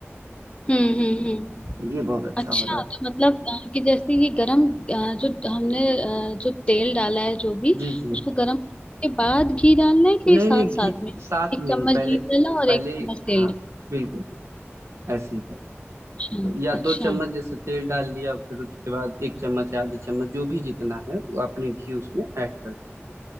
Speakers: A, on the left; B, on the right.
A: हम्म हम्म हम्म
B: दिया। ये बहुत अच्छा
A: अच्छा
B: हो जाता
A: तो मतलब अ, कि जैसे ये गरम अ, जो हमने अ, जो तेल डाला है जो भी
B: है। जी जी
A: उसको गरम करने के बाद घी डालना है कि
B: नहीं
A: साथ
B: नहीं घी
A: साथ में
B: साथ
A: एक
B: में
A: चम्मच
B: ही पहले
A: घी डाला और
B: पहले
A: एक चम्मच तेल
B: हाँ बिल्कुल बिल्कुल ऐसे ही करना
A: डाला
B: तो या
A: अच्छा अच्छा
B: दो चम्मच जैसे तेल डाल लिया फिर उसके बाद एक चम्मच या आधी चम्मच जो भी जितना है वो आपने घी उसमें ऐड कर दीजिए